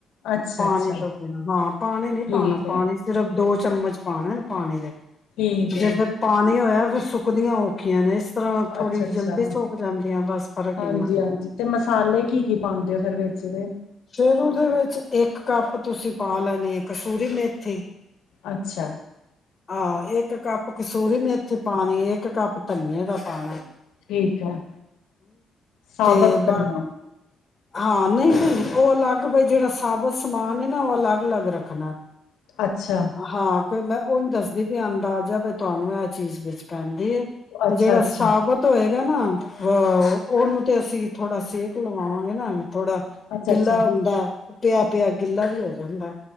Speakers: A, on the left; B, on the left.
A: ਅੱਛਾ-ਅੱਛਾ
B: ਪਾਣੀ ਤੋਂ ਪੀਣਾ ਹਾਂ ਪਾਣੀ ਨੀ
A: ਠੀਕ
B: ਪਾਉਣਾ
A: ਹੈ
B: ਪਾਣੀ ਸਿਰਫ ਦੋ ਚਮਚ ਪਾਉਣਾ ਨਾ ਪਾਣੀ ਦੇ-
A: ਠੀਕ ਹੈ
B: ਜੇ ਫੇਰ ਪਾਣੀ ਹੋਇਆ ਸੁੱਕਦੀਆਂ ਔਖੀਆਂ ਨੇ। ਇਸ ਤਰ੍ਹਾਂ ਥੋੜ੍ਹੀ
A: ਅੱਛਾ-ਅੱਛਾ
B: ਜਲਦੀ ਸੌਕ ਜਾਂਦੀ ਆ ਬਸ ਫ਼ਰਕ
A: ਹਾਂਜੀ-ਹਾਂਜੀ
B: ਇੰਨਾ।
A: ਤੇ ਮਸਾਲੇ ਕੀ ਕੀ ਪਾਉਂਦੇ ਆ ਫਿਰ ਵਿੱਚ ਈਦੇ
B: ਫਿਰ ਉਹਦੇ ਵਿੱਚ ਇੱਕ ਕੱਪ ਤੁਸੀਂ ਪਾ ਲੈਣੀ ਕਸੂਰੀ ਮੇਥੀ
A: ਅੱਛਾ।
B: ਆਹੋ ਇੱਕ ਕੱਪ ਕਸੂਰੀ ਮੇਥੀ ਪਾਉਣੀ ਇੱਕ ਕੱਪ ਧਨੀਏ ਦਾ ਪਾਉਣਾ
A: ਠੀਕ ਹੈ। ਸਾਬਤ
B: ਤੇ
A: ਕਰਨਾ
B: ਬਾ ਹਾਂ ਨਹੀਂ ਨਹੀਂ ਉਹ ਅਲੱਗ ਬ ਜਿਹੜਾ ਸਾਬਤ ਸਮਾਨ ਹੈ। ਨਾ ਉਹ ਅਲੱਗ ਅਲੱਗ ਰੱਖਣਾ
A: ਅੱਛਾ।
B: ਹਾਂ ਮੈਂ ਉਜ ਦੱਸਦੀ ਪਈ ਆ ਅੰਦਾਜ਼ਾ ਬਈ ਤੁਹਾਨੂੰ ਇਹ ਚੀਜ਼ ਵਿੱਚ ਪੈਂਦੀ ਆ
A: ਅੱਛਾ-ਅੱਛਾ
B: ਜਿਹੜਾ ਸਾਬਤ ਹੋਏਗਾ ਹੈਨਾ ਉਹਨੂੰ ਤੇ ਅਸੀਂ ਥੋੜਾ ਸੇਕ ਲਵਾਵਾਂਗੇ ਹਾਂ ਨਾ- ਥੋੜਾ
A: ਅੱਛਾ-ਅੱਛਾ
B: ਗਿੱਲਾ ਹੁੰਦਾ ਪਿਆ ਪਿਆ ਗਿੱਲਾ ਵੀ ਹੋ ਜਾਂਦਾ